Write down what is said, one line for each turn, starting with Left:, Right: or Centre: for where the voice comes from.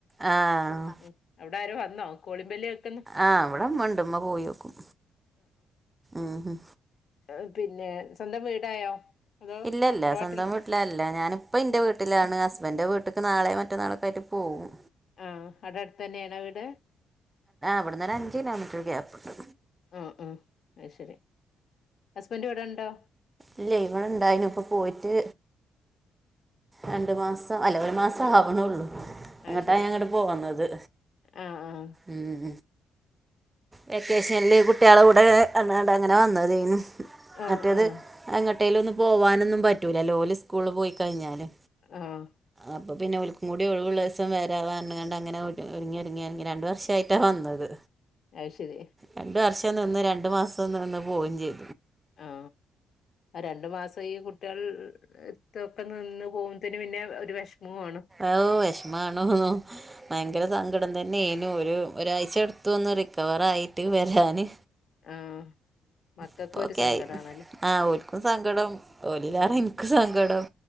Right: ആഹ്
Left: ഉം അവിടെ ആരോ വന്നോ കോളിംബെല്ല് കേൾക്കുന്നു
Right: ആഹ് ഇവടെ ഇമ്മണ്ട് ഇമ്മ പോയോക്കും മ്ഹ്
Left: ഏഹ് പിന്നെ സ്വന്തം വീടായോ അതോ
Right: ഇല്ലല്ല
Left: തറവാട്ടിൽ
Right: സ്വന്തം വീ ഇല്ല ല്ലാ ഞാനിപ്പ എന്റെ വീട്ടിലാണ് ഹസ്ബൻഡിന്റെ വീട്ട്ക്ക് നാളെ മറ്റന്നാള് ഒക്കെ ആയിട്ട് പോവും
Left: ആഹ് അവിടെ അടുത്ത് തന്നെയാണോ വീട്
Right: ഇവിടെന്നരു അഞ്ച് കിലോമീറ്റർ ക്യാപിട്ടു.
Left: ആഹ് അ അത് ശരിഹസ്ബൻഡ് ഇവിടെ ഇണ്ടോ
Right: ഇല്ലേ ഇവിടെ ഇണ്ടായിനു ഇപ്പൊ പോയിട്ട് രണ്ടു മാസം അല്ല ഒരു മാസം ആവുണെള്ളൂ
Left: അത്
Right: ഇന്നട്ടാ
Left: ശരി
Right: ഞാൻ ഇങ്ങട്ട് പോന്നത്
Left: ആഹ്
Right: ഉം വെക്കേഷനിൽ കുട്ടികള കൂടെ വന്ന് ങ്ങാണ്ട് അങ്ങനെ വന്നതേനു
Left: ആഹ്
Right: മറ്റേത്
Left: ആഹ് ആഹ്
Right: എങ്ങട്ടേലൊന്നും പോവാനൊന്നും പറ്റൂലല്ലോ ഓല് ഇസ്കൂളിൽ പോയി കഴിഞ്ഞാല്
Left: ആഹ്
Right: അപ്പ പിന്നെ ഓൽക്കുങ്കൂടി ഒഴിവുള്ള ദിവസം വരാർഞ്ഞ്ങ്ങാണ്ട് അങ്ങനെ ഒരുങ്ങി ഒരുങ്ങി രണ്ട് വർഷ് ലെയ്ട്ടായിട്ടാ വന്നത്
Left: അത് ശരി
Right: രണ്ട്‌ വർഷം നിന്ന് രണ്ടു മാസം നിന്ന് പോവും ചെയ്തു
Left: ആ രണ്ടു മാസം ഈ കുട്ട്യാൾ ഇത്രക്കെ നിന്ന് പോകുമ്പോത്തിന് പിന്നെ ഒരു വിഷമാണ്.
Right: ഔ വിഷമാണോന്നൊ ഭയങ്കര
Left: ഉം
Right: സങ്കടം തന്നെയാനു ഒരു ഒരാഴ്ച എടുത്തു ഒന്ന് റിക്കവറായിട്ട് വരാന്.
Left: ആഹ് മക്കൾക്കും
Right: ഇപ്പോ
Left: ഒരു
Right: ഓ ക്കെയായി
Left: സങ്കടാണല്ലേ
Right: ആ ഓൽക്കും സങ്കടം ഓലില്ലാണ്ട്
Left: ഉം
Right: ഇനിക്കും സങ്കടം